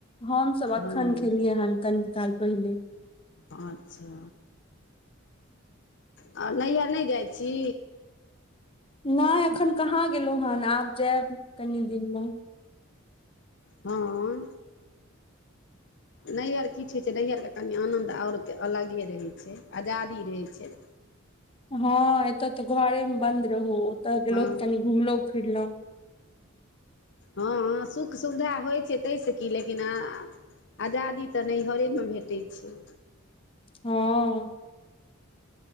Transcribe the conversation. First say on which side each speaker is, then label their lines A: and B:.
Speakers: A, on the left; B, on the left.
A: हम सभ एखन
B: हँ
A: खेलियै हन कनि काल पहिले
B: अच्छा और नैहर नहि जाइत छी?
A: नहि, अखन कहाँ गेलहुँ हन आब जायब कनि दिनमे
B: हँ नैहर कि छै नैहरके कनि आनन्द और अलगे रहै छै, आजादी रहै छै।
A: हँ एतय तऽ घरेमे बन्द रहू ओतय गेलहुॅं
B: हँ
A: तऽ कनी घुमलहुॅं-फिरलहुॅं
B: हँ हँ सुख-सुविधा होइ छै तहिसँ की लेकिन आजादी तऽ नैहरेमे भेटै छै।
A: हॅं